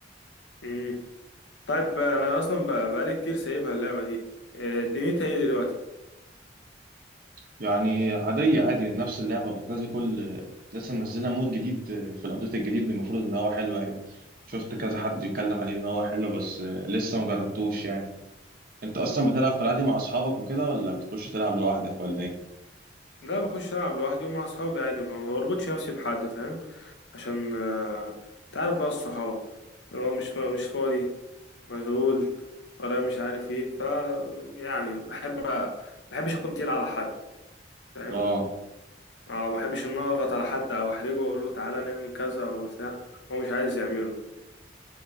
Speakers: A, on the left (about 80°); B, on the right (about 55°).
A: امم طيب انا اصلا بقى بقالي كتير سايبها اللعبه دي آه، دنيتها ايه دلوقتي
B: يعني عاديه عادي نفس اللعبه بتنزل كل لسه منزلها مود جديد في الابديت الجديد المفروض ان هو حلو يعني شفت كذا حد يتكلم عليه ان هو حلو بس لسه ما جربتوش يعني انت اصلا بتلعب في العادي مع اصحابك وكده ولا بتخش تلعب لوحدك ولا ايه
A: لا بخش ألعب لوحدي ومع صحابي عادي ما بربطش نفسي بحد فاهم عشان آه، تعرف بقى الصحاب اللي هو مش مش فاضي مشغول ورايا مش عارف ايه ف يعني بحب بحبش اكون تقيل على حد فاهم
B: اه
A: او بحبش ان أنا اضغط على حد او احرجه واقول له تعالى نعمل كذا او بتاع هو مش عايز يعمله